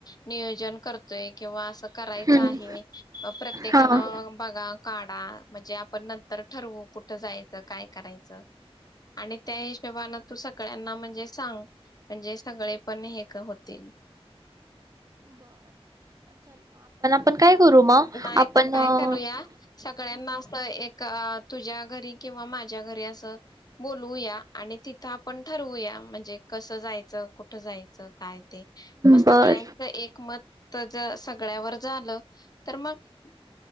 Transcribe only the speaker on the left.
नियोजन करतोय किंवा अस करायचं
आहे - प्रत्येकानं
बघा काढा म्हणजे, आपण नंतर ठरवू कुठ जायच? काय करायचं? आणि त्या हिशोबाने तू सगळ्यांना म्हणजे सांग म्हणजे सगळे पण एक होतील.
नाही
तर, काय
करूया? सगळ्यांना अस एक का तुझ्या घरी किंवा माझ्या घरी असं बोलवूया आणि तिथं आपण ठरवूया म्हणजे कसं जायचं कुठ जायचं काय ते मग
सगळ्यांचं एकमत- तर ज सगळ्यावर झालं. तर मग,